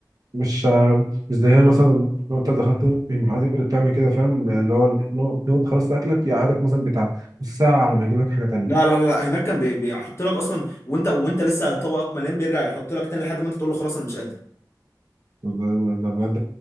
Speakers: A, on the right; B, on the left.
A: مش مش زيها مثلا لو انت دخلت من المحلات اللي بتعمل كده فاهم اللي هو لو لو انت خلصت اكلك يقعدك مثلا بتاع نص ساعه على ما يجيب لك حاجه تانية
B: لا لا لا هناك كان بي- بيحط لك اصلا وانت وانت لسه طبقك مليان بيرجع يحط لك تاني لحد ما انت تقول له خلاص انا مش قادر
A: ده ده بجد